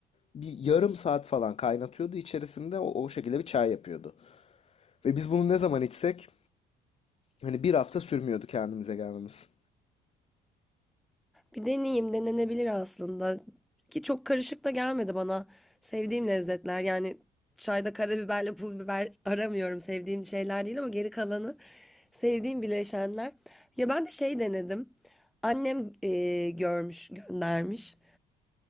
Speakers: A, on the left (about 35°); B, in the centre.
A: bir yarım saat falan kaynatıyordu içerisinde o, o şekilde bir çay yapıyordu. Ve biz bunu ne zaman içsek hani bir hafta sürmüyordu kendimize gelmemiz.
B: Bir deneyeyim, denenebilir aslında. Ki çok karışık da gelmedi bana. Sevdiğim lezzetler yani çayda karabiberle pul biber aramıyorum. Sevdiğim şeyler değil ama geri kalanı sevdiğim bileşenler. Ya ben de şey denedim. Annem eee, görmüş, göndermiş.